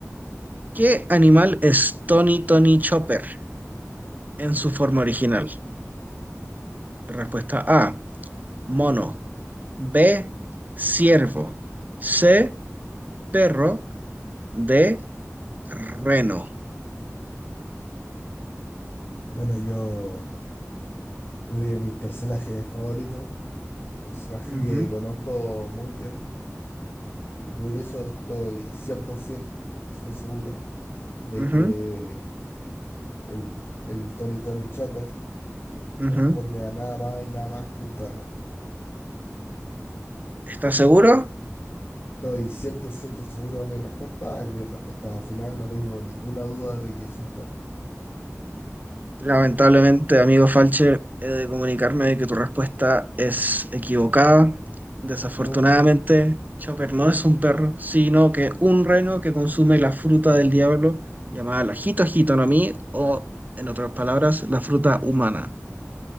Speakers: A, on the right; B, on the left.
A: ¿Qué animal es Tony Tony Chopper en su forma original? Respuesta A, mono. B, ciervo. C, perro. D, Reno.
B: Bueno, yo de mis personajes favoritos, personaje
A: Ujú,
B: que conozco muy bien y por eso estoy cien por ciento seguro de
A: ujú,
B: que El, el Tony Tony Chopper
A: ujú.
B: corresponde a nada más y nada más que un perro.
A: ¿Estás seguro?
B: Estoy 100% seguro de mi respuesta. Es mi respuesta final. No tengo ninguna duda de que es un perro.
A: Lamentablemente, amigo Falche, he de comunicarme de que tu respuesta es equivocada. Desafortunadamente,
B: No.
A: Chopper no es un perro, sino que un reno que consume la fruta del diablo, llamada la jito jito no mi, o en otras palabras, la fruta humana.